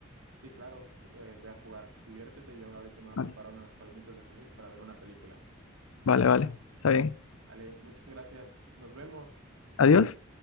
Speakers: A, on the right; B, on the left.
A: Sí, claro, ju- eh, ve a jugar, diviértete. Yo ahorita me voy
B: Vale,
A: a preparar unas palomitas de maíz para ver una película.
B: vale, vale. Está bien.
A: Ale, muchas gracias. Nos vemos.
B: Adiós.